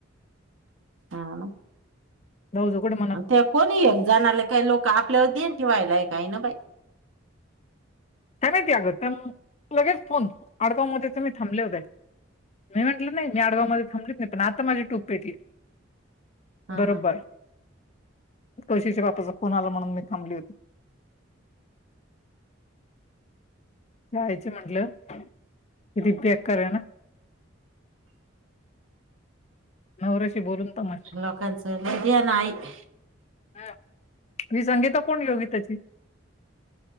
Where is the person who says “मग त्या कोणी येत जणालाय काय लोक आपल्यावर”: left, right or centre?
Right